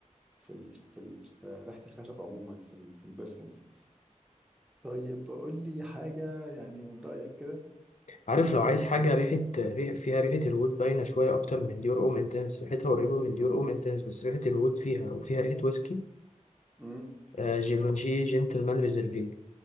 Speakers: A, in the centre; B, on the left.
A: في ال... في, ال... في ريحه الخشب عموما في ال... في البرفيومز طيب قول لي حاجه يعني من رايك كده
B: عارف لو
A: او
B: عايز حاجة
A: او
B: ريحة ريح فيها ريحة الوود باينة شوية أكتر من ديور أم انتنس ريحتها قريبة من ديور
A: مم.
B: أم انتنس بس ريحة الوود فيها وفيها ريحة ويسكي
A: مم.
B: آه جيفانشي جنتلمان ريزرفي